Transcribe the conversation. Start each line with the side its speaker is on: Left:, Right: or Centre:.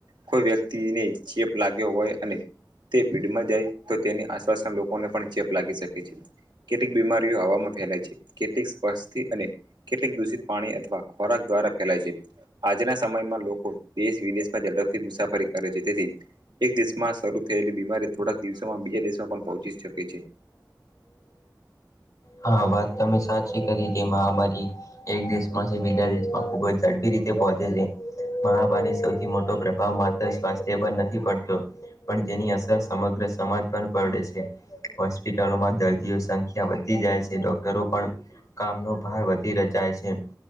Right: કોઈ વ્યક્તિને ચેપ લાગ્યો હોય અને. તે ભીડ માં જાય તો તેની આસપાસના લોકોને પણ ચેપ લાગી શકે છે. કેટલીક બીમારીઓ આવામાં ફેલાય છે. કેટલીક સ્પષ, અને કેટલીક દૂષિત, પાણી અથવા, ખોરાક દ્વારા. દ્વારા ફેલાય છે. આજના સમયમાં લોકો દેશ વિદેશમાં ઝડપથી મુસાફરી કરે છે. તેથી એક દેશ માં શરૂ થયેલી બીમારી થોડાક દિવસોમાં બીજા દેશમાં પણ, પહોંચી શકે છે.
Left: હા. વાત તમે સાચી કરી છે. મહામારી એક દેશમાં છે. બીજા દેશમાં ખુબ જ ઝડપી રીતે પહુંચે છે પર આમા સૌથી મોટો આ માત્ર સ્વાસ્થ્ય પર નથી પડતો પણ તેની અસર સમગ્ર સમાજ પર પડે છે હોસ્પિટલોમાં દર્દીઓ સંખ્યા વધે વઘી જાય છે ડોક્ટરો પણ કામનો ભાર વધી રે જાય છે